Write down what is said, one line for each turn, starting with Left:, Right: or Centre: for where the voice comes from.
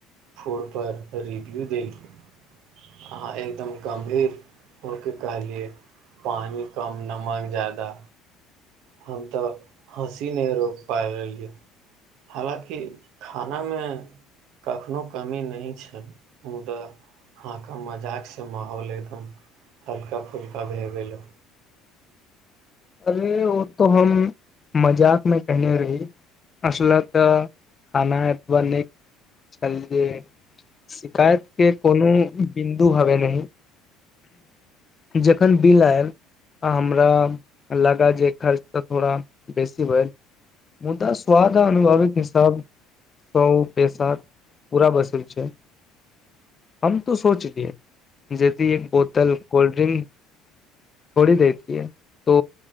Right: फूडपर रिव्यू देलियी अहाँ एकदम गम्भीर होकेऽ कहलियै पानि कम नमक जा्यादा हम तऽ हँसी नहि रोकपि पाब लेलियै हलाँकि खानामे कखनहु कमी नहि छल मुदा हहाँक मजाकसँ माहौल एकदम हल्का फुल्का भए गेलै
Left: अरे ओ तो हम मजाक मे केने रही असल तऽ खाना एतबा नहि छल जे शिकायत के कोनो बिन्दु हवे न जखन बिल आयल आ हमरा लगा जे खर्च तऽ थोड़ा बेसी भेल मुदा स्वाद आ अनुभावित हिसाब स पैसा पूरा बस छै हम त सोच दिय जेदि एक बोतल कोल्ड्रिंक छोड़ी दतिियै तो